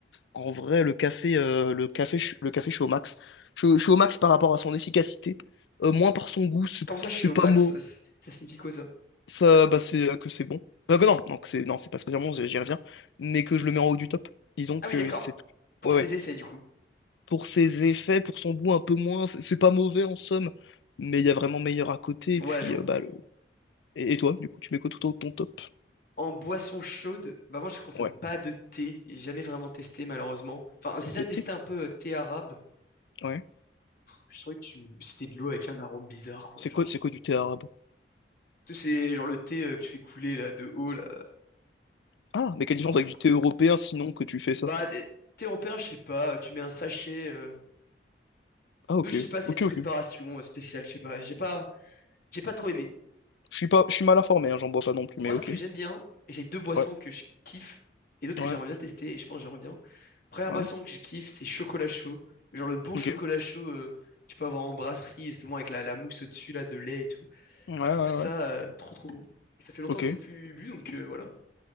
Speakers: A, on the left; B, on the left.
A: en vrai, le café, euh, le café, je- le café, je suis au max. Je, je suis au max par rapport à son efficacité, Euh, moins par son goût. C'est
B: Comment ça, je
A: c'est
B: suis au
A: pas
B: max?
A: mot.
B: Ça, ça- ça signifie quoi ça?
A: Ça, bah, c'est euh, que c'est bon. Euh, Bah, que non, non, que c'est non, c'est pas spécialement. J'y j'y reviens. Mais que je le mets en haut du top. Disons
B: Ah
A: que
B: oui, d'accord.
A: c'est.
B: Pour
A: Ouais,
B: ses
A: ouais.
B: effets, du coup.
A: Pour ses effets, pour son goût un peu moins, c'est c'est pas mauvais en somme. Mais il y a vraiment meilleur à côté. Et
B: Ouais,
A: puis,
B: je comprends,
A: euh, bah,
B: je comprends.
A: Et, et toi, du coup, tu mets quoi tout en haut de ton top?
B: En boisson chaude, bah moi je consomme
A: Ouais.
B: pas de thé, j'ai jamais vraiment testé malheureusement. Enfin, j'ai déjà
A: Le
B: testé
A: thé?
B: un peu euh, thé arabe.
A: Ouais.
B: Je trouvais que tu... c'était de l'eau avec un arôme bizarre quoi,
A: C'est
B: genre
A: quoi,
B: je
A: c'est
B: sais
A: quoi
B: pas.
A: du thé arabe?
B: Tu sais, c'est genre le thé euh, que tu fais couler là de haut là,
A: Ah, mais quelle différence
B: genre
A: avec
B: euh,
A: du thé européen sinon que tu fais
B: bah
A: ça?
B: euh, thé européen, je sais pas, tu mets un sachet euh,
A: Ah, ok.
B: eux je sais pas, c'est
A: Ok,
B: une préparation
A: ok.
B: euh, spéciale, je sais pas, j'ai pas j'ai pas trop aimé.
A: Je suis pas, je suis mal informé, hein, j'en bois pas non plus,
B: Moi,
A: mais
B: ce
A: ok.
B: que j'aime bien, j'ai deux boissons
A: Ouais,
B: que je kiffe et d'autres
A: ouais,
B: que j'aimerais bien tester et je pense que j'aimerais bien. Première
A: ouais.
B: boisson que je kiffe, c'est chocolat chaud. Mais genre le bon
A: Ok.
B: chocolat chaud, euh, tu peux avoir en brasserie et souvent avec la, la mousse au-dessus là de lait et tout.
A: Ouais,
B: Je
A: ouais,
B: trouve ça
A: ouais.
B: euh, trop trop bon. Et ça fait longtemps
A: Ok.
B: que je l'ai plus bu donc euh, voilà.